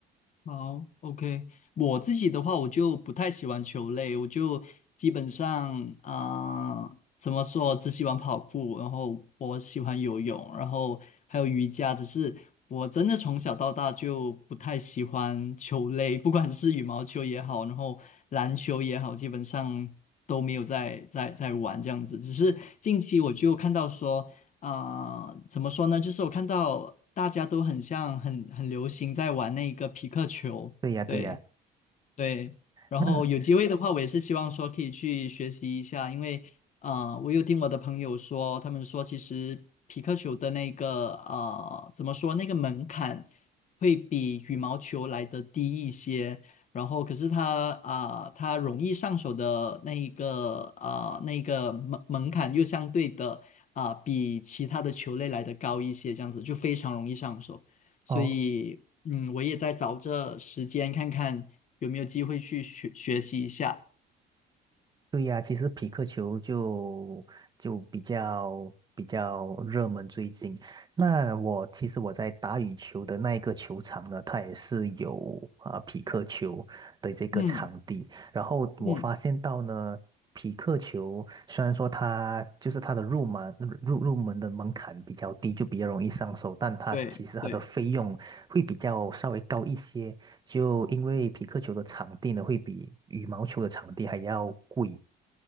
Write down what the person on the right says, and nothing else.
对呀，对呀，
那
哦，
对呀，其实匹克球就就比较比较热门最近。那我其实我在打羽球的那一个球场呢，它也是有啊、匹克球的这个场地。
然后我发现到呢，
匹克球虽然说它就是它的入门入入门的门槛比较低，就比较容易上手，但它其实它的费用会比较稍微高一些。
就因为匹克球的场地呢，会比羽毛球的场地还要贵。